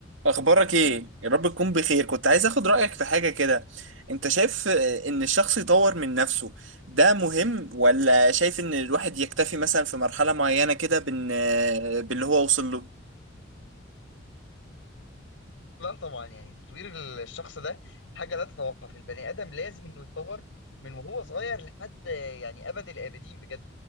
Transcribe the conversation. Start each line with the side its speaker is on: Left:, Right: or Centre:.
Right: اخبارك ايه يا رب تكون بخير كنت عايز اخد رايك في حاجه كده انت شايف آه، ان الشخص يطور من نفسه ده مهم ولا شايف ان الواحد يكتفي مثلا في مرحله معينه كده بان آه، باللي هو وصل له
Left: لا طبعا يعني تطوير الشخص ده حاجة لا تتوقف البني آدم لازم إنه يتطور من وهو صغير لحد يعني أبد الآبدين بجد